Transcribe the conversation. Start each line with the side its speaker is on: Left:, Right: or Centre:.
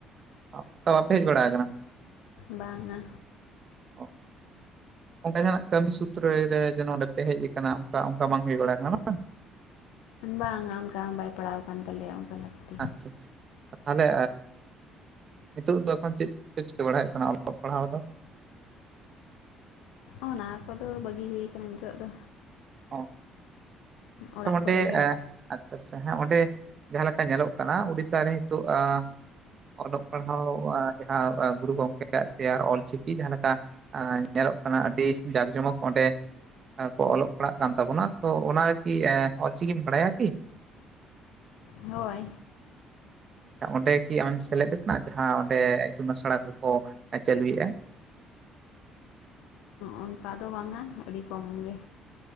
Right: ᱚ ᱛᱚ ᱵᱟᱯᱮ ᱦᱮᱡ ᱵᱟᱲᱟᱣ ᱠᱟᱱᱟ?
Left: ᱵᱟᱝᱟ
Right: ᱚ ᱚᱱᱠᱟ ᱡᱟᱦᱟᱱᱟᱜ ᱠᱟᱹᱢᱤ ᱥᱩᱛᱨᱚ ᱨᱮ ᱡᱮ‌ ᱚᱸᱰᱮ ᱯᱮ ᱦᱮᱡ ᱟᱠᱟᱱᱟ ᱚᱱᱠᱟ ᱚᱱᱠᱟ ᱵᱟᱝ ᱦᱩᱭ ᱵᱟᱲᱟ ᱠᱟᱱᱟ ᱵᱟᱝ,
Left: ᱵᱟᱝᱟ ᱚᱱᱠᱟ ᱦᱚᱸ ᱵᱟᱭ ᱯᱟᱲᱟᱣ ᱟᱠᱟᱱ ᱛᱟᱞᱮᱭᱟ ᱚᱱᱠᱟ ᱞᱟᱹᱠᱛᱤ ᱾
Right: ᱟᱪᱪᱷᱟ ᱟᱪᱪᱷᱟ ᱛᱟᱦᱚᱞᱮ ᱱᱤᱛᱚᱜ ᱫᱚ ᱮᱠᱷᱚᱱ ᱪᱮᱫ ᱯᱮ ᱪᱤᱠᱟᱹ ᱵᱟᱲᱟᱭᱮᱫ ᱠᱟᱱᱟ ᱚᱞᱚᱜ ᱯᱟᱲᱦᱟᱣ ᱫᱚ?
Left: ᱚᱱᱟ ᱠᱚᱫᱚ ᱵᱟᱹᱜᱤ ᱦᱩᱭᱠᱟᱱᱟ ᱱᱤᱛᱚᱜ ᱫᱚ᱾
Right: ᱚ, ᱟᱪᱪᱷᱟ
Left: ᱚᱲᱟᱜ
Right: ᱚᱸᱰᱮ
Left: ᱠᱚᱨᱮ ᱜᱮ
Right: ᱟᱪᱪᱷᱟ ᱟᱪᱪᱷᱟ ᱦᱮᱸ ᱚᱸᱰᱮ ᱡᱟᱦᱟᱸᱞᱮ ᱞᱮᱠᱟ ᱧᱮᱞᱚᱜ ᱠᱟᱱᱟ ᱩᱲᱤᱥᱟ ᱨᱮ ᱱᱤᱛᱚᱜ ᱟ ᱚᱞᱚᱜ ᱯᱟᱲᱦᱟᱣ ᱡᱟᱦᱟᱸ ᱜᱩᱨᱩ ᱜᱚᱢᱠᱮᱭᱟᱜ ᱛᱮᱭᱟᱨ ᱚᱞᱪᱤᱠᱤ ᱡᱟᱦᱟᱸ ᱞᱮᱠᱟ ᱧᱮᱞᱚᱜ ᱠᱟᱱᱟ ᱟᱹᱰᱤ ᱡᱟᱠ ᱡᱚᱢᱚᱠ ᱚᱸᱰᱮ ᱠᱚ ᱚᱞᱚᱜ ᱯᱟᱲᱦᱟᱜ ᱠᱟᱱ ᱛᱟᱵᱚᱱᱟ ᱛᱚ ᱚᱱᱟ <unintelligible> ᱚᱞ ᱪᱤᱠᱤᱢ ᱵᱟᱰᱭᱟ ᱠᱤ?
Left: ᱦᱳᱭ ᱾
Right: <inaudible> ᱟᱪᱪᱷᱟ ᱚᱸᱰᱮ ᱠᱤ ᱟᱢᱮᱢ ᱥᱮᱞᱮᱫ ᱟᱠᱟᱱᱟ ᱡᱟᱦᱟᱸ ᱚᱸᱰᱮ ᱤᱛᱩᱱ ᱟᱥᱲᱟ ᱠᱚᱠᱚ ᱪᱟᱹᱞᱩᱭᱮᱜᱼᱟ ᱾
Left: ᱚᱱᱠᱟ ᱫᱚ ᱵᱟᱝᱟ ᱟᱹᱰᱤ ᱠᱚᱢ ᱜᱮ,